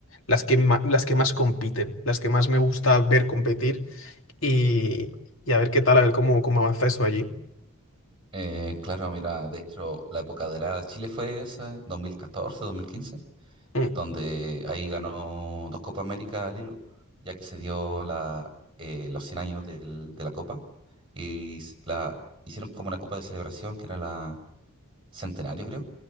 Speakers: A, on the left; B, on the right.
A: las que ma- las que más compiten, las que más me gusta ver competir y, y a ver qué tal, a ver cómo, cómo avanza eso allí.
B: Eh, claro, mira, de hecho, la época dorada de Chile fue esa, 2014, 2015.
A: Mm,
B: donde ahí ganó dos Copas América al hilo, ya que se dio la, eh, los 100 años del- de la Copa y s- la hicieron como una Copa de celebración que era la Centenario, creo.